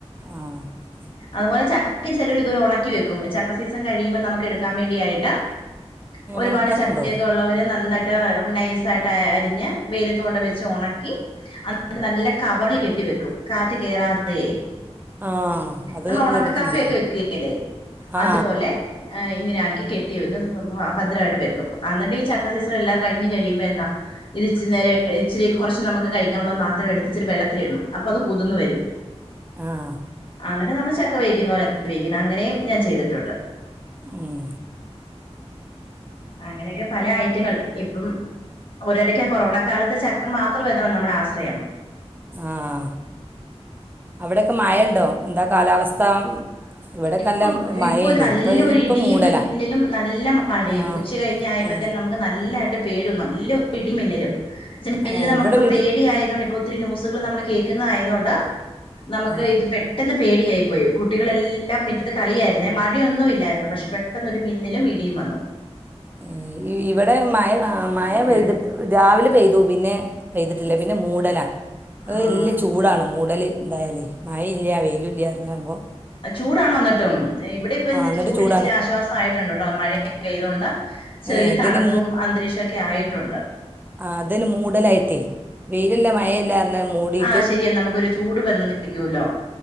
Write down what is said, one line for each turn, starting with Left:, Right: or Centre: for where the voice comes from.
Right: ആഹ്
Left: അത്പോലെ ചക്കിം ചെലരിതുവോലെ ഒണക്കിവെക്കും ചക്കസീസൺ കഴിയുമ്പ നമുക്കെടു ക്കാൻ വേണ്ടി ആയിട്ട് ഒരുപാട്
Right: ഉണക്കാറുണ്ടോ
Left: ചക്കേക്കെ ഉള്ളവര് നന്നായിട്ട് നൈസായിട്ട് അരിഞ്ഞ് വെയിലത്ത് കൊണ്ട് വെച്ച് ഒണ ‌ക്കി അത്കൊണ്ട് നല്ല കവറില് കെട്ടിവെക്കും കാറ്റ് കേറാതേ
Right: ആ അത്
Left: നമ്മളൊണക്ക
Right: കേട്ടിട്ടില്ല
Left: കപ്പയൊക്കെ വെക്കകേല്ലേ
Right: ആ
Left: അതുപോലെ ആഹ് ഇങ്ങനെ ആക്കി കെട്ടിവെക്കും എന്താ സംഭവം ഭദ്രയിട്ട് വെക്കും അന്നിട്ട് ഈ ചക്കസീണല്ലാം കഴിഞ്ഞ് കഴിയുമ്പ എന്താ ഇത് ഇച്ചിരി നേരം ഇച്ചിരി കുറച്ച് നമ്മക്ക് കഴിക്ക ഒള്ളത് മാത്രം എടുത്ത് ഇച്ചിരി വെള്ളത്തിലിടണം അപ്പൊ അത് കുതിന്ന് വെരും
Right: ആഹ്
Left: അഹ് ന്നിട്ട്നമ്മൾ ചക്കവേവിക്കുന്ന പോലെ വേവിക്കും അങ്ങനേയും ഞാൻചെയ്തിട്ടുണ്ട്
Right: ഉം
Left: അങ്ങനെയൊക്കെ പലഐറ്റങ്ങൾ ഇപ്പം ഒരടക്ക കൊറോണകാലത്ത് ചക്ക മാത്രംആയിരുന്നല്ലോ നമ്മടെആശ്രയം
Right: ആഹ് അവിടെക്കെ മയ ഉണ്ടോ എന്താ കാലാവസ്ഥ ഇവിടെയൊക്കെ
Left: ഇപ്പം
Right: നല്ല മഴേനി
Left: ഇപ്പൊഒരുനല്ലൊര്ഇടിയിം
Right: ഇപ്പം ഇപ്പം മൂടലാ
Left: മിന്നലും നല്ലമഴയും
Right: മഴയും ആ
Left: ഒര് ച്ച്കഴിഞ്ഞായപ്പ
Right: നല്ല ഏ
Left: തന്നെ നമ്മ്ക്ക് ന ല്ലായ്ട്ട്പേയും നല്ലൊര്ഇടിമിന്നലും ചേല് മെന്നല്നമ്മക്ക്പ്പൊ
Right: ഏ, ഇവിടെ വീട്
Left: പേടിയായതൊണ്ട് ഇപ്പോ ഒത്തിരി ന്യൂസ്കള് നമ്മള് കേക്ക്ന്നായത്കൊണ്ട് നമ്മക്ക്
Right: ആ
Left: ഇത്പെട്ടെന്ന്പേടിയായിപ്പോയി കുട്ടികളെ മിറ്റത്ത്കളിയായിരുന്നേ മഴയൊന്നും ഇല്ലായിരുന്നു പക്ഷെ പെട്ടെന്നൊരു മിന്നിലുംഇടിയുംവന്നു
Right: ഏഹ് ഇവടെ മഴ അഹ് മഴപെയ്തി
Left: കയറി
Right: രാവിലെപെയ്തു പിന്നെപെയ്തിട്ടില്ല പിന്നെമൂടല
Left: ആ
Right: ഓയ്എല്ല്യചൂടാണ് മൂടല്ഇണ്ടായാല് മായഇല്ല വെയിലുംഇല്ല എറങ്ങാവുമ്പോ
Left: ചൂടാണോന്നിട്ടും ഇവിടെ ഇപ്പംഇഞ്ഞഞ്‌
Right: എന്നിട്ട്
Left: ചൂട്ന്ഇച്ചിരിആശ്വാസആയിട്ടുണ്ട്ട്ടോ
Right: ചൂടാണ്
Left: മഴെ പെയ്തോണ്ട് ചെറിയതണുപ്പുംഅന്തരീക്ഷൊക്കെ
Right: ഏ ഇതിന്
Left: ആയിട്ടുണ്ട്
Right: ആഹ് അതന്നേ മൂടലായിട്ടേ വെയിലല്ലാം മഴയല്ലാന്ന്മൂടി
Left: ആഹ് ശെരിയനമ്മക്കൊരു ചൂട് വന്നന്ന് നിക്കൂല്ലോ